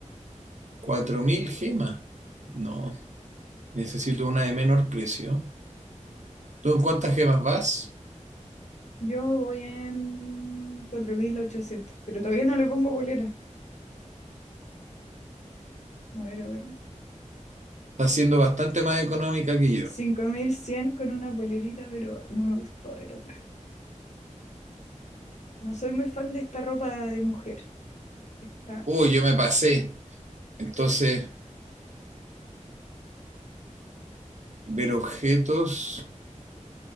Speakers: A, on the right; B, on the left.
A: cuatro mil gemas? No, necesito una de menor precio. ¿Tú en cuántas gemas vas?
B: Yo voy en 4.800 pero todavía no le pongo polera. A ver ahora.
A: Está siendo bastante más económica que yo.
B: cinco mil cien con una polerita, pero no me gustó el otra. No soy muy fan de esta ropa de mujer. Está
A: Uy, yo me pasé. Entonces, ver objetos,